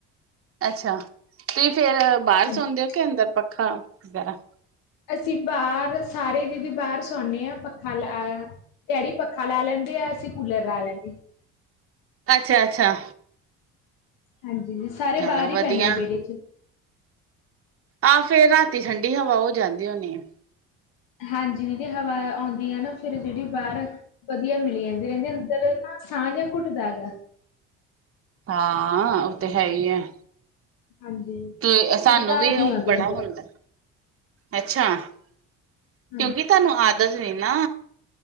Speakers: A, on the right (about 40°); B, on the left (about 75°).
A: ਅੱਛਾ ਤੁਸੀਂ ਫੇਰ
B: ਹਾਂਜੀ।
A: ਬਾਹਰ ਸੌਦੇ ਹੋ ਕੇ ਅੰਦਰ ਪੱਖਾ ਵਗੈਰਾ।
B: ਅਸੀਂ ਬਾਹਰ ਸਾਰੇ ਦੀਦੀ ਬਾਹਰ ਸੌਦੇ ਹਾਂ ਪੱਖ ਪੱਖਾ ਲਾ ਡੈਡੀ ਪੱਖਾ ਲਾ ਲੈਂਦੇ ਆ ਅਸੀਂ ਕੂਲਰ ਲਾ ਲੈਂਲਾਗੇ।
A: ਅੱਛਾ ਅੱਛਾ।
B: ਹਾਂਜੀ ਦੀਦੀ ਸਾਰੇ
A: ਚਲੋ
B: ਬਾਹਰ
A: ਵਧੀਆ
B: ਹੀ ਪੈਣੇ ਆ ਵਿਹੜੇ 'ਚ।
A: ਆਹ ਫੇਰ ਰਾਤੀ ਠੰਡੀ ਹਵਾ ਹੋ ਜਾਂਦੀ ਹੋਣੀ ਆ।
B: ਹਾਂਜੀ ਦੀਦੀ ਹਵਾ ਆਉਂਦੀ ਹੈ ਨਾ ਫਿਰ ਜਿਹੜੀ ਬਾਹਰ। ਵਧੀਆ ਮਿਲੀ ਜਾਂਦੀ ਰਹਿੰਦੀ ਅੰਦਰ ਨਾ ਸਾਹ ਜਿਹਾ ਘੁੱਟਦਾ ਹੈਗਾ
A: ਹਾਂ ਓ ਤੇ ਹੈ ਈ ਐ।
B: ਹਾਂਜੀ।
A: ਤੇ ਸਾਨੂੰ
B: ਪੜਤਾਜ
A: ਵੀ ਉਹ
B: ਹੀ ਆਉਂਦੀ
A: ਬੜਾ
B: ਅੰਦਰ।
A: ਹੁੰਦਾ ਅੱਛਾ ਕਿਉਂਕੀ
B: ਹਾਂਜੀ
A: ਤੁਹਾਨੂੰ ਆਦਤ ਨੀ ਨਾ।